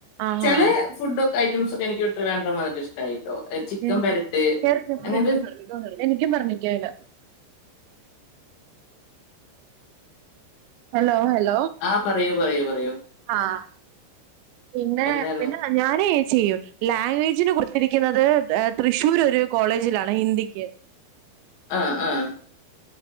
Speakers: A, on the right; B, on the left.
A: ആഹാ
B: ചെലെ ഫുഡ് ഐറ്റംസൊക്കെഎനിക്ക് ട്രിവാഡ്രം വന്ന് ഇഷ്ട്ടായിട്ടോ ചിക്കൻ
A: കേറിക്കോ
B: പെരെട്ട്
A: കേറിക്കോ
B: അങ്ങൻത്
A: എനിക്കും പറ്ണിക്കെല ഹെലോ ഹെലോ
B: ആ പറയൂ പറയൂ പറയൂ
A: ആഹ് പിന്നെ
B: എന്താണ്
A: പിന്നെ ഞാനേ ചെയ്യൂ ലാംഗ്വേജിന് കൊടുത്തിരിക്കുന്നത് ഏഹ് തൃശ്ശൂർ ഒര് കോളേജിലാണ് ഹിന്ദിക്ക്
B: ആഹ് ആഹ്